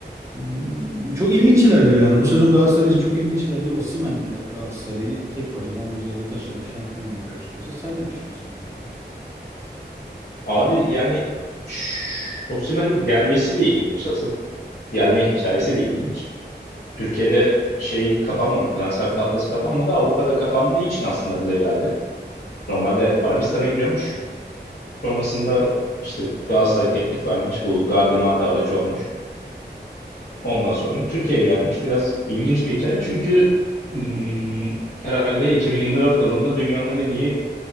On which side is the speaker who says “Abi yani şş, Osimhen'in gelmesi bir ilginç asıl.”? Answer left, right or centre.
Left